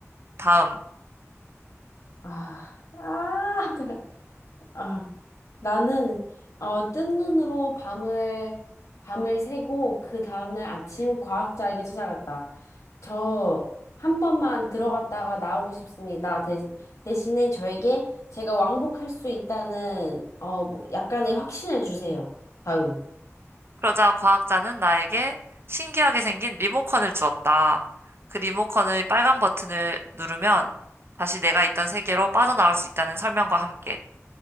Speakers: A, on the right; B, on the left.
A: 다음.
B: 아, 아, <laughs> 아. 나는 어, 뜬 눈으로 밤을 밤을 새고 그 다음날 아침 과학자에게 찾아갔다. 저 한 번만 들어갔다가 나오고 싶습니다. 대, 대신에 저에게 제가 왕복할 수 있다는 어 뭐, 약간의 확신을 주세요. 다음.
A: 그러자 과학자는 나에게 신기하게 생긴 리모컨을 주었다. 그 리모컨의 빨간 버튼을 누르면 다시 내가 있던 세계로 빠져나올 수 있다는 설명과 함께.